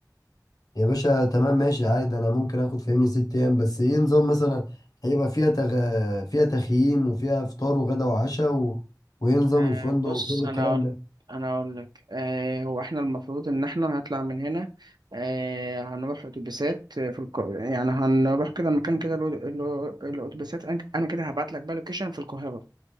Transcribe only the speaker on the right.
آه،
بص
انا اقول
انا اقول لك آه هو احنا المفروض ان احنا هنطلع من هنا آه هنروح اتوبيسات في الك... يعني هنروح كده مكان كده الأو- الأو- الاتوبيسات انا أنا كده هبعت لك بقى لوكيشن في القاهره